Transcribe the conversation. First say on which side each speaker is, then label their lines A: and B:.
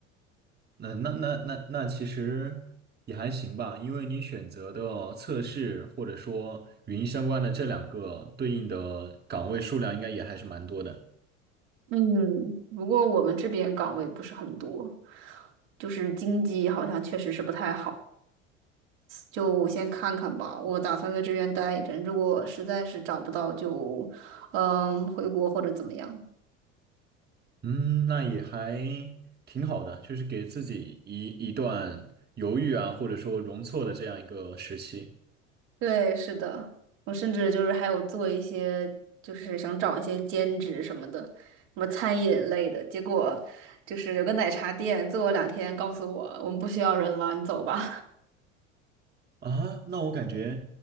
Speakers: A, on the right (about 25°); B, on the right (about 65°).
A: 那那那那那其实也还行吧，因为你选择的测试或者说语音相关的这两个对应的岗位数量应该也还是蛮多的。
B: 嗯，不过我们这边岗位不是很多，就是经济好像确实是不太好，就先看看吧。我打算在这边待一阵，如果实在是找不到就，嗯，回国或者怎么样。
A: 嗯，那也还挺好的，就是给自己一一段犹豫啊，或者说容错的这样一个时期
B: 对，是的，我甚至就是还有做一些，就是想找一些兼职什么的，什么餐饮类的。结果就是有个奶茶店做了两天，告诉我我们不需要人了，你走吧。
A: 啊。那我感觉